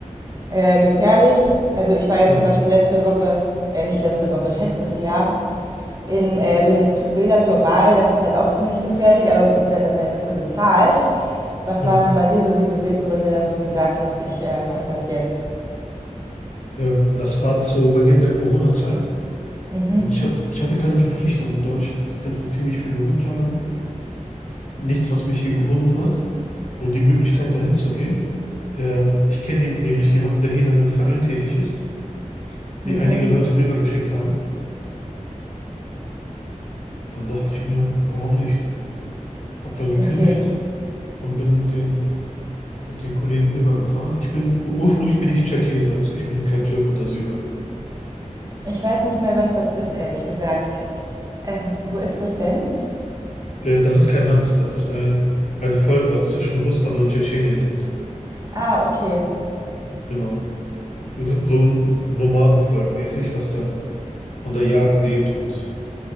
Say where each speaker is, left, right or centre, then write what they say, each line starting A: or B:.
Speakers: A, on the right (about 30°); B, on the left (about 65°).
A: äh, gefährlich. Also ich war jetzt
B: Ja,
A: zum Beispiel letzte Woche, äh, nicht letzte Woche, <laughs> letztes Jahr in, äh, Venezuela zur Wahl. Das ist halt auch ziemlich gefährlich, aber gut, ich werde dann halt dafür bezahlt. Was
B: ja.
A: waren denn bei dir so die Beweggründe, dass du gesagt hast, ich äh, mache das jetzt?
B: Ähm, das war zu Beginn der Corona-Zeit
A: Mhm,
B: und ich hatte, ich hatte keine Verpflichtung in Deutschland. Ich hatte ziemlich viele Rücklagen, nichts, was mich hier gebunden hat und die Möglichkeit, dahin zu gehen. Ähm, ich kenne jem- nämlich jemanden, der hier in einem Verein tätig ist, die
A: mhm,
B: einige Leute rübergeschickt haben. Dann dachte ich mir, warum nicht? Hab dann gekündigt
A: okay.
B: und bin mit den, mit den Kollegen rübergefahren. Ich bin, ur- ursprünglich bin ich Tscherkesse, also ich bin kein Türke oder Syrer.
A: Ich weiß nicht mal, was das ist, ehrlich gesagt. Ähm, wo ist das denn?
B: Äh, das ist kein Land, das ist ein, ein Volk, was zwischen Russland und Tschetschenien lebt.
A: Ah, okay,
B: Genau. Es ist so ein Nomadenvolk mäßig, was dann von der Jagd lebt und